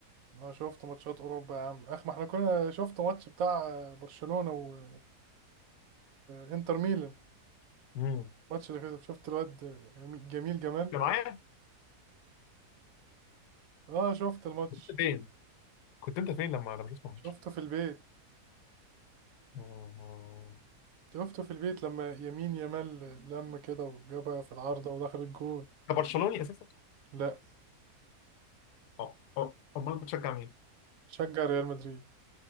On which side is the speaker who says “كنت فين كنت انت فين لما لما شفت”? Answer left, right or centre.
Left